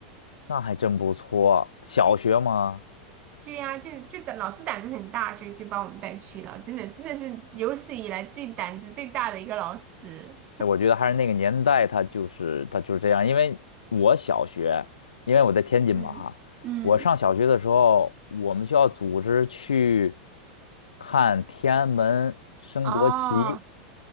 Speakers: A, on the left; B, on the right.
A: 那还真不错，小学吗？
B: 对呀、就就胆老师胆子很大，所以就把我们带去了。真的，真的是有史以来最胆子最大的一个老师。
A: 哎，我觉得还是那个年代，他就是他就是这样。因为我小学，因为我在天津嘛哈，
B: 嗯嗯，
A: 我上小学的时候，我们学校组织去看天安门升国旗，
B: 哦，